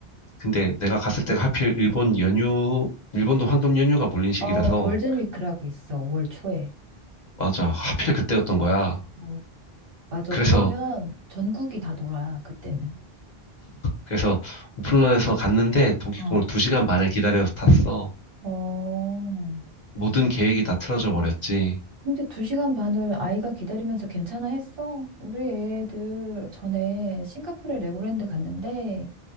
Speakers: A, on the left; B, on the right.
A: 근데 내가 갔을 때가 하필 일본 연휴, 일본도 황금 연휴가 몰린 시기라서
B: 어, 골든위크라고 있어. 5월 초에.
A: 맞아. 하필 그때였던 거야.
B: 어. 맞아.
A: 그래서
B: 그러면 전국이 다 놀아, 그때는.
A: 그래서 오픈런에서 갔는데 동기콩을
B: 어.
A: 2시간 반을 기다려서 탔어.
B: 어.
A: 모든 계획이 다 틀어져 버렸지.
B: 근데 두 시간 반을 아이가 기다리면서 괜찮아 했어? 우리 애들 전에 싱가포르에 레고랜드 갔는데,